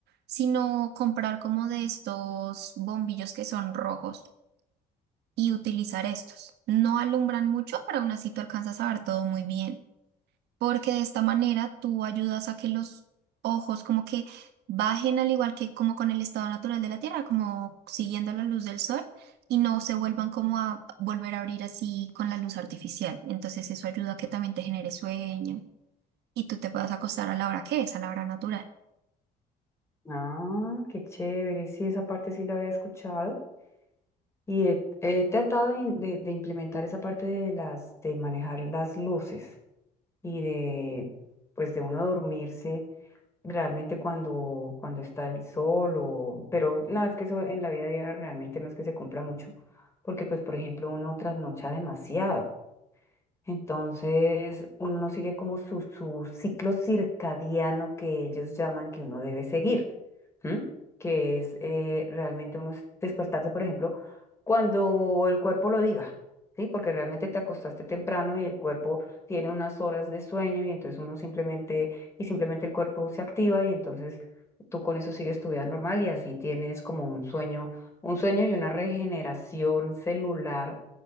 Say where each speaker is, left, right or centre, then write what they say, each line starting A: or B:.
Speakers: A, on the right; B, on the left.
A: sino comprar como de estos bombillos que son rojos y utilizar estos. No alumbran mucho, pero aún así tú alcanzas a ver todo muy bien, porque de esta manera tú ayudas a que los ojos como que bajen al igual que como con el estado natural de la Tierra, como siguiendo la luz del sol y no se vuelvan como a volver a abrir así con la luz artificial. Entonces eso ayuda a que también te genere sueño y tú te puedas acostar a la hora que es, a la hora natural.
B: Ah, qué chévere, sí, esa parte sí la había escuchado y he, he tratado de, in- de- de implementar esa parte de las, de manejar las luces y de, pues de uno dormirse realmente cuando, cuando está el sol o... Pero no, es que eso en la vida diaria realmente no es que se cumpla mucho, porque pues por ejemplo uno trasnocha demasiado. Entonces, uno no sigue como su, su ciclo circadiano que ellos llaman que uno debe seguir, ¿m? Que es eh, realmente uno s- despertarse, por ejemplo, cuando el cuerpo lo diga, ¿sí? Porque realmente te acostaste temprano y el cuerpo tiene unas horas de sueño y entonces uno simplemente, y simplemente el cuerpo se activa y entonces tú con eso sigues tu vida normal y así tienes como un sueño, un sueño y una regeneración celular